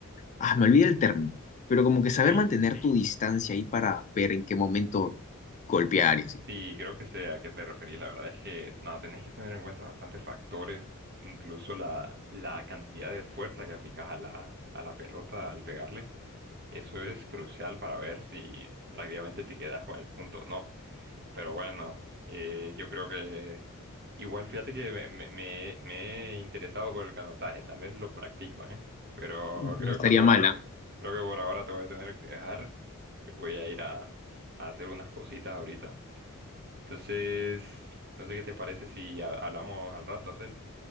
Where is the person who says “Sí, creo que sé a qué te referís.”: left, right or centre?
Right